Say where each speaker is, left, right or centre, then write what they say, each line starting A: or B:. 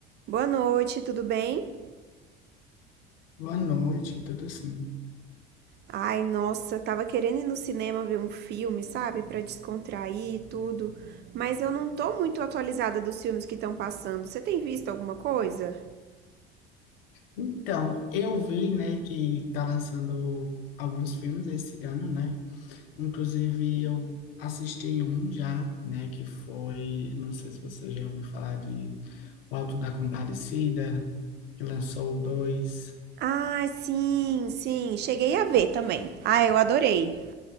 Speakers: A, on the right; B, on the left.
A: Boa noite, tudo bem?
B: Boa noite, tudo assim.
A: Ai, nossa, tava querendo ir no cinema ver um filme, sabe? Pra descontrair e tudo. Mas eu não tô muito atualizada dos filmes que estão passando. Você tem visto alguma coisa?
B: Então, eu vi, né, que tá lançando alguns filmes esse ano, né? Inclusive, eu assisti um já, né, que foi, não sei se você já ouviu falar de O Alto da Compadecida, que lançou o dois.
A: Ah, sim, sim. Cheguei a ver também. Ah, eu adorei.